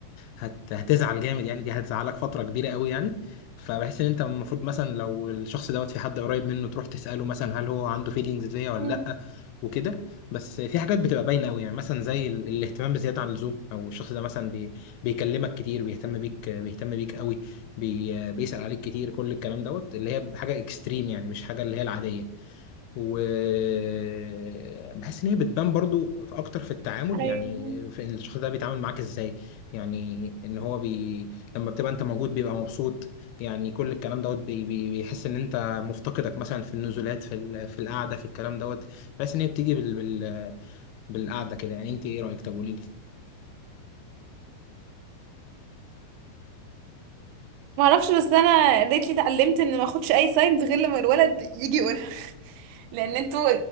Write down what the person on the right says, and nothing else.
مم.
ايوه
ما اعرفش بس انا ريتلي اتعلمت ان ما اخدش اي ساينز غير لما الولد يجي يقولها <laughs> لان انتوا